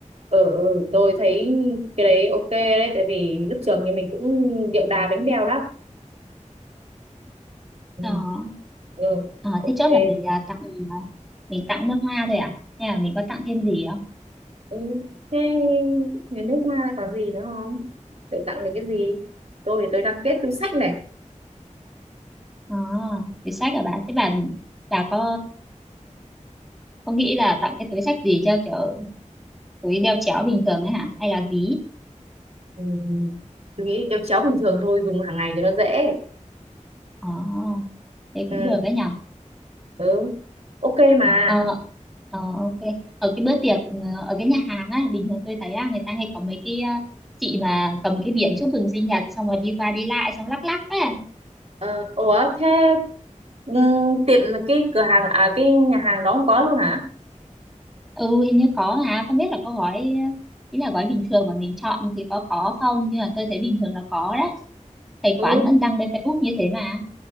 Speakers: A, on the right; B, in the centre.
A: ờ ừ, tôi thấy cái đấy ok đấy tại vì lúc trường thì mình cũng điệu đà bánh bèo lắm ừ.
B: đó
A: ừ.
B: à,
A: ok
B: thế chốt là mình à, tặng à, mình tặng nước hoa thôi à hay là mình có tặng thêm gì không
A: ừ. thế nhà nước hoa còn gì nữa không để tặng được cái gì tôi thì tôi đang kết túi xách này
B: à, túi xách à bà thế bà bà có có nghĩ là tặng cái túi xách gì cho kiểu túi đeo chéo bình thường ấy hả hay là ví
A: ừ. tôi nghĩ đeo chéo bình thường thôi dùng hàng ngày cho nó dễ
B: à, thế
A: ừ.
B: cũng được đấy nhỉ
A: ừ. ok mà
B: Ờ, ờ, ok. Ở cái bữa tiệc ờ, ở cái nhà hàng á, bình thường tôi thấy á, người ta hay có mấy cái ờ, chị mà cầm cái biển chúc mừng sinh nhật xong rồi đi qua đi lại xong lắc lắc á.
A: ờ, ủa thế ừ, tiệm cái cửa hàng à cái nhà hàng đó không có luôn hả
B: Ừ hình như có mà không biết là có gói ờ, ý là gói bình thường mà mình chọn thì có có không nhưng mà tôi thấy bình thường là có đấy. Thấy
A: ừ
B: quán vẫn đăng lên Facebook như thế mà.